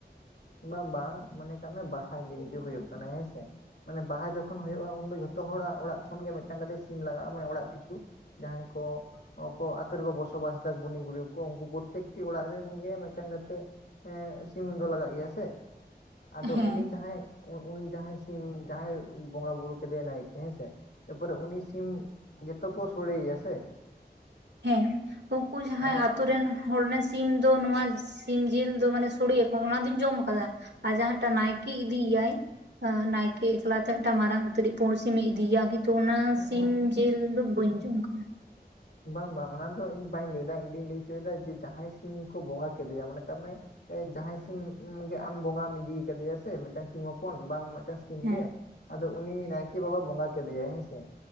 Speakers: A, on the left; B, on the right.
A: ᱵᱟᱝ ᱵᱟᱝ ᱢᱚᱱᱮ ᱠᱟᱜ ᱢᱮ ᱵᱟᱦᱟ ᱜᱮ ᱡᱩᱫᱤ ᱦᱩᱭᱩᱜ ᱠᱟᱱᱟ ᱦᱮᱸᱥᱮ ᱢᱟᱱᱮ ᱵᱟᱦᱟ ᱡᱚᱠᱷᱚᱱ ᱦᱩᱭᱩᱜᱼᱟ ᱩᱱᱫᱚ ᱡᱷᱚᱛᱚ ᱦᱚᱲᱟᱜ ᱚᱲᱟᱜ ᱠᱷᱚᱱ ᱜᱮ ᱢᱤᱫᱴᱟᱝ ᱠᱟᱛᱮ ᱥᱤᱢ ᱞᱟᱜᱟᱜᱼᱟ ᱢᱟᱱᱮ ᱚᱲᱟᱜ ᱯᱤᱪᱷᱩᱼᱼ ᱡᱟᱦᱟᱸᱭ ᱠᱚ ᱠᱚ ᱠᱚ ᱟᱛᱳ ᱨᱮᱠᱚ ᱵᱚᱥᱚᱵᱟᱥᱫᱟ ᱜᱩᱱᱤ ᱜᱩᱨᱤᱡ ᱠᱚ ᱩᱱᱠᱩ ᱯᱚᱛᱛᱮᱠᱴᱤ ᱚᱲᱟᱜ ᱨᱮᱱ ᱜᱮ ᱢᱤᱫᱴᱮᱱ ᱠᱟᱛᱮᱜ ᱦᱚᱸ ᱥᱤᱢ ᱫᱚ ᱞᱟᱜᱟᱜ ᱜᱮᱭᱟ ᱥᱮ ᱟᱫᱚ
B: ᱦᱮᱸ
A: ᱩᱱᱤ ᱡᱟᱦᱟᱸᱭ ᱩ ᱩᱱᱤ ᱡᱟᱦᱟᱸᱭ ᱥᱤᱢ ᱡᱟᱦᱟᱸᱭ ᱵᱚᱸᱜᱟ ᱵᱩᱨᱩ ᱠᱮᱫᱮᱭᱟᱭ ᱱᱟᱭᱠᱮ ᱦᱮᱸ ᱥᱮᱼᱼ ᱮᱯᱚᱨᱮ ᱩᱱᱤ ᱥᱤᱢ ᱜᱮ ᱛᱚ ᱠᱚ ᱥᱳᱲᱮᱭᱟ ᱥᱮᱼᱼ
B: ᱦᱮᱸ ᱩᱱᱠᱩ ᱡᱟᱦᱟᱸᱭ
A: ᱟᱫᱚ
B: ᱟᱹᱛᱩ ᱨᱮᱱ ᱦᱚᱲ ᱨᱮᱱ ᱥᱤᱢ ᱫᱚ ᱱᱚᱣᱟ ᱥᱤᱢ ᱡᱤᱞ ᱫᱚ ᱢᱟᱱᱮ ᱥᱳᱲᱮ ᱟᱠᱚ ᱚᱱᱟ ᱫᱩᱧ ᱡᱚᱢ ᱟᱠᱟᱫᱟ᱾ ᱟᱨ ᱡᱟᱦᱟᱸᱴᱟᱜ ᱱᱟᱭᱠᱮ ᱤᱫᱤᱭ ᱮᱭᱟᱭ᱾ ᱱᱟᱭᱠᱮ ᱮᱠᱞᱟ ᱛᱮ ᱢᱤᱫᱴᱟᱝ ᱢᱟᱨᱟᱝ ᱩᱛᱟᱹᱨᱤᱡ ᱯᱩᱲ ᱥᱤᱢ ᱮ ᱤᱫᱤᱭ ᱮᱭᱟ ᱠᱤᱱᱛᱩ ᱚᱱᱟ
A: ᱦᱮᱸ
B: ᱥᱤᱢᱼᱼ
A: ᱦᱮᱸ
B: ᱡᱤᱞ ᱫᱚ ᱵᱟᱹᱧ ᱡᱚᱢ ᱟᱠᱟᱫᱟ᱾
A: ᱵᱟᱝ ᱵᱟᱝ ᱚᱱᱟ ᱫᱚ ᱤᱧ ᱫᱚ ᱵᱟᱧ ᱞᱟᱹᱭ ᱫᱟ ᱤᱧ ᱫᱩᱧ ᱞᱟᱹᱭ ᱦᱚᱪᱚᱭᱫᱟ ᱡᱮ ᱡᱟᱦᱟᱸᱭ ᱥᱤᱢ ᱠᱚ ᱵᱚᱸᱜᱟ ᱠᱮᱫᱮᱭᱟ ᱢᱚᱱᱮ ᱠᱟᱜ ᱢᱮ ᱡᱟᱦᱟᱸᱭ ᱥᱤᱢ ᱜᱮ ᱟᱢ ᱵᱚᱸᱜᱟᱢ ᱤᱫᱤ ᱠᱟᱫᱮᱭᱟ ᱥᱮ ᱢᱤᱫᱴᱟᱝ ᱥᱤᱢ ᱦᱚᱯᱚᱱ ᱵᱟᱝ ᱢᱤᱫᱴᱟᱝ ᱥᱤᱢ
B: ᱦᱮᱸ
A: ᱜᱮ ᱟᱫᱚ ᱩᱱᱤ ᱱᱟᱭᱠᱮ ᱵᱟᱵᱟ ᱵᱚᱸᱜᱟ ᱠᱮᱫᱮᱭᱟᱭ ᱦᱮᱸᱥᱮ